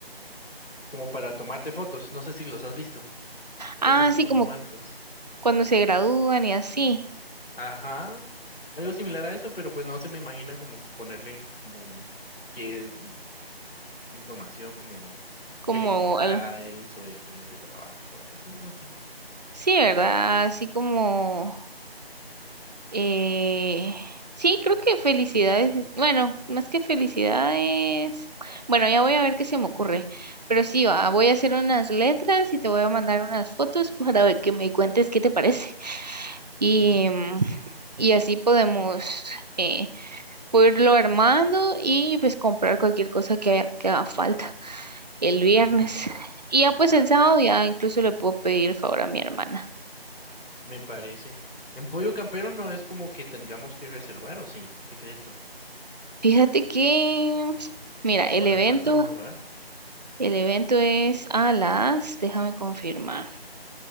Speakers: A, on the left; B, on the right.
A: como para tomarte fotos. No sé si los has visto.
B: Ah,
A: Y hacen como
B: sí,
A: unos
B: como
A: marcos.
B: cuando se gradúan y así,
A: Ajá. Algo similar a eso, pero pues no se me imagina como ponerle como qué mm, información como
B: como
A: felicidades
B: el-
A: o excelente trabajo o algo así, no sé.
B: sí, ¿verdad? Así como Eh, sí, creo que felicidades. Bueno, más que felicidades. Bueno, ya voy a ver qué se me ocurre. Pero sí, va, voy a hacer unas letras y te voy a mandar unas fotos <laughs> para ver que me cuentes qué te parece.
A: Ujú,
B: Y, mm, y así podemos eh, puedo irlo armando y pues comprar cualquier cosa que haya- que haga falta el viernes. Y ya
A: Va,
B: pues el sábado ya incluso le puedo pedir el favor a mi hermana.
A: me parece. En Pollo Campero no es como que tengamos que reservar, ¿o sí? ¿Qué crees tú?
B: Fíjate que, mira, el
A: Para
B: evento
A: apartar un lugar.
B: El evento es a las, déjame confirmar,